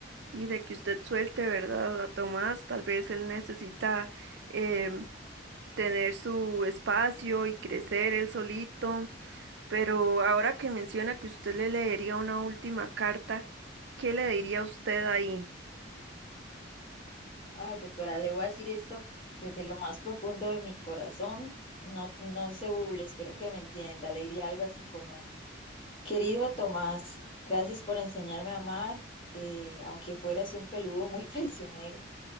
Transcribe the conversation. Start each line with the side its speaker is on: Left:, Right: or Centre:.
Right: y de que usted suelte, ¿verdad? A Tomás, tal vez él necesita em, tener su espacio y crecer él solito. Pero ahora que menciona que usted le leería una última carta, ¿qué le diría usted ahí?
Left: Ay, doctora, le voy a decir esto desde lo más profundo de mi corazón. No, no se burle, espero que me entienda. Le diría algo así como, querido Tomás, gracias por enseñarme a amar, eh, aunque fueras un peludo muy <laughs> traicionero,